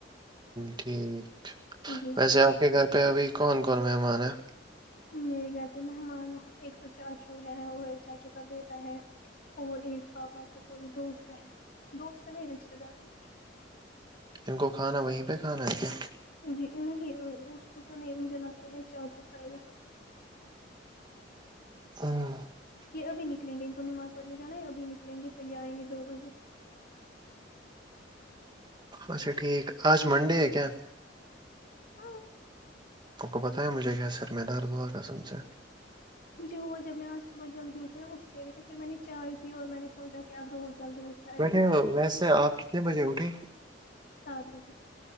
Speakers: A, on the right (about 25°); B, on the left (about 55°).
A: ٹھیک
B: جی
A: ویسے آپ کے گھر پہ ابھی کون کون مہمان ہیں
B: میرے گھر پہ مہمان ایک تو چار چچو ہے اور چاچو کا بیٹا ہے اور ایک پاپا کو کوئی دوست ہے دوست نہیں رشتہ دار کچھ
A: ان کو کھانا وہیں پہ کھانا ہے کیا
B: جی نہیں اس کو تو نہیں مجھے لگتا ہے چا چکھائے گا صرف
A: ہاں
B: یہ اب نلیں گے ان کو نماز پڑنے جانا یہ ابھی نکلیں گے پھر یہ آئیں گے دو بجے
A: اچھا ٹھیک آج منڈے ہے کیا
B: ہاں
A: آ کو بتایا مجھے کیا سر میں دار دعا قسم سے
B: مجھے ہوا جب میں آج صبح جلدیٹھی نا اس سے لیکن پھر میں نے چائے پی اور میں نے سوچا کہ اب روز جلدی اٹھ
A: بیٹھے ہو ویسے آپ کتنے بجے اٹھھی
B: سات بجے